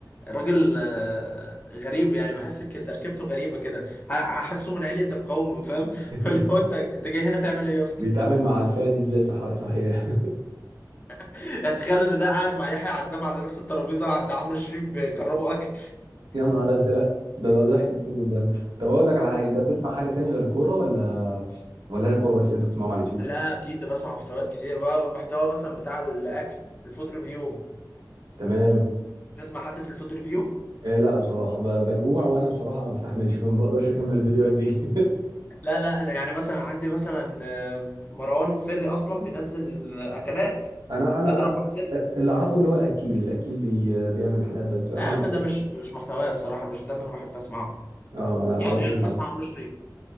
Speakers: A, on the left; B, on the right.
A: راجل آه، غريب يعني بحس ك- تركيبته غريبه كده ه- هحسه من علية القوم فاهم <laughs> اللي
B: <laughs>
A: هو انت انت جاي هنا تعمل ايه يا اسطى
B: بيتعامل مع الفئه دي ازاي صح صحيح
A: <laughs> يعني تخيل ان ده قاعد مع يحيى عزام على نفس الترابيزه عند عمرو الشريف بيجربوا اكل
B: يا نهار ازرق ده ده ضحك السنين ده طب اقول لك على حاجه انت بتسمع حاجه تانية غير الكوره ولا ولا هي كوره بس اللي انت بتسمعهم على اليوتيوب
A: لا اكيد ده بسمع محتويات كتير بقى والمحتوى مثلا بتاع الاكل الفود ريفيو
B: تمام
A: تسمع حد في الفود ريفيو
B: إيه لا بصراحه ب- بجوع وانا بصراحه ما بستحملش ما بقدرش اكمل الفيديوهات دي <laughs>
A: لا لا انا يعني مثلا عندي مثلا آه، مروان سري اصلا بينزل اكلات
B: انا انا
A: اضرب
B: انا
A: مع سري
B: اللي اعرفه اللي هو الاكيل الاكيل بي بيعمل حلقات بس احيانا
A: لا يا عم
B: بشوفها
A: ده مش مش محتوايا الصراحه مش ده اللي انا بحب اسمعه
B: اه لا هو
A: يعني انا
B: ده اللي انا اعرفه
A: بسمع عمرو الشريف